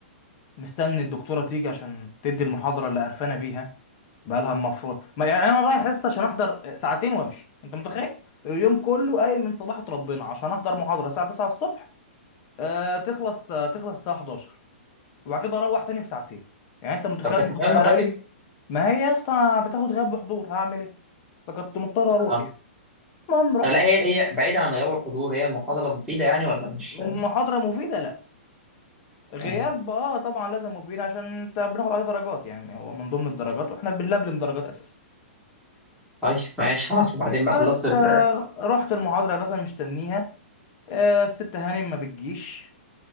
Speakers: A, on the left; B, in the centre.
A: مستني الدكتوره تيجي عشان تدي المحاضره اللي قرفانه بيها بقالها المفروض ما يعني انا رايح يا اسطى عشان احضر ساعتين وامشي انت متخيل اليوم كله قايم من صباحة ربنا عشان احضر محاضره الساعه 9 الصبح آه تخلص آه تخلص الساعه 11 وبعد كده اروح تاني في ساعتين يعني انت متخيل
B: طب كانت
A: إن
B: مهمة
A: بقى
B: طيب؟
A: رامي ما هي يا اسطى بتاخد غياب بحضور هعمل ايه فكنت مضطر اروح
B: اه
A: يعني المهم رحت
B: آه، لا هي هي بعيدة عن غياب الحضور هي محاضرة مفيدة يعني ولا مش
A: محاضره مفيده لا غياب
B: آه.
A: اه طبعا لازم مفيد عشان انت بناخد عليه درجات يعني هو من ضمن الدرجات واحنا بنلبلم درجات اساسا
B: طيب ماشي خلاص وبعدين بقى
A: بس
B: خلصت ال
A: آه، رحت المحاضرة يا باشا مستنيها آه، الست هانم ما بتجيش